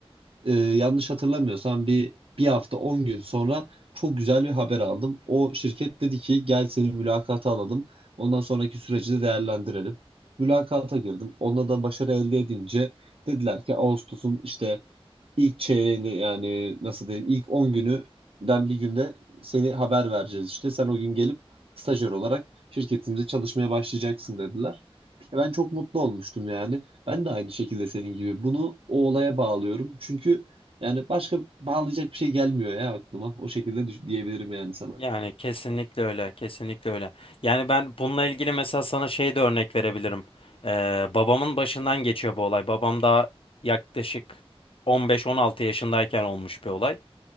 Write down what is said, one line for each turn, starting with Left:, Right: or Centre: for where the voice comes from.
Right: e, yanlış hatırlamıyorsam bir bir hafta 10 gün sonra çok güzel bir haber aldım. O şirket dedi ki gel seni mülakata alalım. Ondan sonraki süreci de değerlendirelim. Mülakata girdim. Onda da başarı elde edince dediler ki Ağustos'un işte İlk çeyreğinde yani nasıl diyeyim ilk 10 günüden bir günde seni haber vereceğiz işte. Sen o gün gelip stajyer olarak şirketimize çalışmaya başlayacaksın dediler. E Ben çok mutlu olmuştum yani. Ben de aynı şekilde senin gibi. Bunu o olaya bağlıyorum. Çünkü yani başka bağlayacak bir şey gelmiyor ya aklıma. O şekilde düş- diyebilirim yani sana.
Left: Yani kesinlikle öyle, kesinlikle öyle. Yani ben bununla ilgili mesela sana şey de örnek verebilirim. Ee, babamın başından geçiyor bu olay. Babam da yaklaşık 15-16 yaşındayken olmuş bir olay.